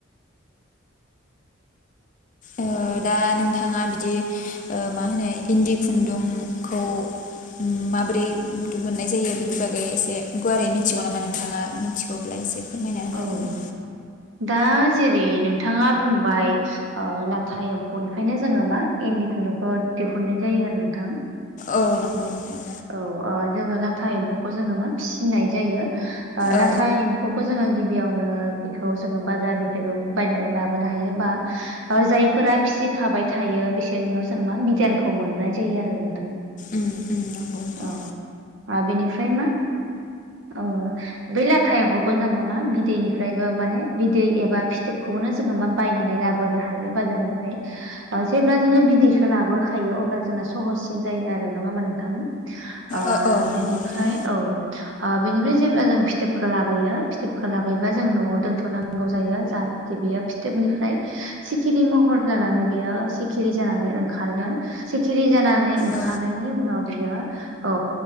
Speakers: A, on the left; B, on the right.
A: ओ दा नोंथाङा बिदि ओ मा होनो इन्दि खुन्दुंखौ उम माबोरै दिहुननाय जायो बिनि बागै एसे गुवारै मिथिगौ नामा नोंथाङा? मिथिगौब्ला एसे फोरमायना होनो
B: औ
A: हागोन ना?
B: दा जेरै नोंथाङा बुंबाय ओ लाथा एम्फौनिफ्रायनो जोङो मा इन्दि खुन्दुंखौ दिहुननाय जायो आरो। नोंथां
A: औ नंगौ नोंथां।
B: औ ओ जोङो लाथा एम्फौखौ जोङो मा फिसिनाय जायो। ओ लाथा
A: औ
B: <unintelligible> <unintelligible> जोङो गिबियावनो बेखौ जोङो बाजारनिफ्रायबो बायनानै लाबोनो हायो बा जायफोरा फिसि खाबाय थायो बिसोरनियाव जोङो मा मिडियानखौ मोननाय जायो आरो नोंथां।
A: उम उम नंगौ नोंथां।
B: औ बेनिफ्राय मा अ बै लाथायाबो जोङो मा बिदैनिफ्रायबो माने बिदै एबा फिथोबखौनो जोङो मा बायनानै लाबोनो हायो बाजारनिफ्राय। जेब्ला जोङो बिदैखौ लाबोखायो अब्ला जोंना सहससिन जायो आरो नङा होमबा नोंथां? ओ
A: औ औ
B: बेनिफ्राय
A: नंगौ नोंथां
B: औ ओ बेनिफ्राय जेब्ला जों फिथोबखौ लाबोयो फिथोबखौ लाबोबा जोङो न'आव दोनथ'नांगौ जायो जाहाथे बियो फिथोबनिफ्राय सिखिरि महर जानानै बेयो सिखिरि जानानै ओंखारगोन। सिखिरि जाना <unintelligible> ओंखारनायनि
A: औ
B: उनाव बियो औ